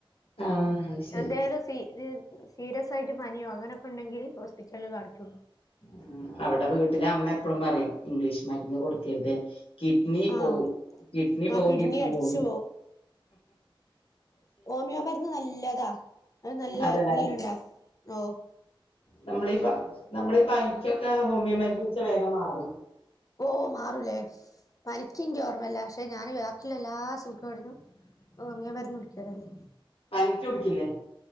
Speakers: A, on the left; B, on the left.
A: ആ ശരി
B: എന്തേലും സീന് സീരിയസ് ആയിട്ട് പനിയോ അങ്ങനൊക്കെ ഉണ്ടെങ്കില് ഹോസ്പിറ്റലിൽ കാണിക്കൊള്ളു
A: ഉം അവിടെ വീട്ടില് അമ്മ എപ്പളും പറയും ഇംഗ്ലീഷ് മരുന്ന് കൊട്ക്കര്ത് കിഡ്നി
B: ആഹ്
A: പോവും കിഡ്നി
B: ആ
A: പോകും കിഡ്നി
B: അടിച്ചു
A: പോകുന്ന്
B: ഓമിയോ മരുന്ന് നല്ലതാ. അത് നല്ല
A: അതല്ലേ
B: ദീലുണ്ടാ ഓഹ്
A: നമ്മളീ പ്പ നമ്മളി പനിക്കൊക്കെ ഹോമിയോ മരുന്ന് കുട്ച്ച വേഗം മാറോ?
B: ഓഹ് മാറുലേ പനിക്ക് ഇൻക്ക് ഓർമ്മല്ല പക്ഷെ ഞാന് ബാക്കിള്ള എല്ലാ സൂക്കേടിനും ഓമിയോ മര്ന്നുടിക്കലാണ്.
A: പനിക്ക്യു കുട്ക്കില്ലേ?